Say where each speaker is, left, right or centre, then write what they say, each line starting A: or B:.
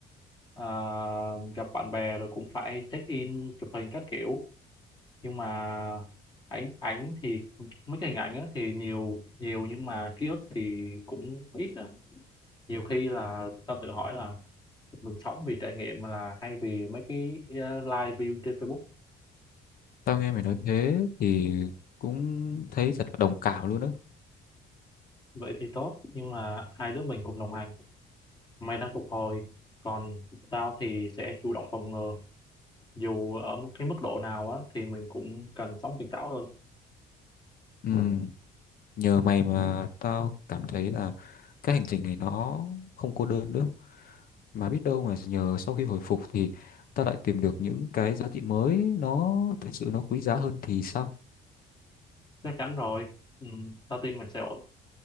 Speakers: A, on the left; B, on the left.
A: ờ, gặp bạn bè rồi cũng phải check in chụp hình các kiểu nhưng mà ảnh ảnh thì mấy cái hình ảnh á, thì nhiều nhiều nhưng mà ký ức thì cũng ít á. Nhiều khi là tao tự hỏi là mình sống vì trải nghiệm mà là hay vì mấy cái ờ, live view trên Facebook
B: Tao nghe mày nói thế thì cũng thấy thật là đồng cảm luôn á.
A: vậy thì tốt nhưng mà hai đứa mình cùng đồng hành Mày đang phục hồi còn tao thì sẽ chủ động phòng ngừa dù ở một cái mức độ nào á thì mình cũng cần sống tỉnh táo hơn
B: Ừ, nhờ mày mà tao cảm thấy là cái hành trình này nó không cô đơn nữa. Mà biết đâu mà nhờ sau khi hồi phục thì tao lại tìm được những cái giá trị mới nó thật sự nó quý giá hơn thì sao?
A: chắc chắn rồi ừ, tao tin mình sẽ ổn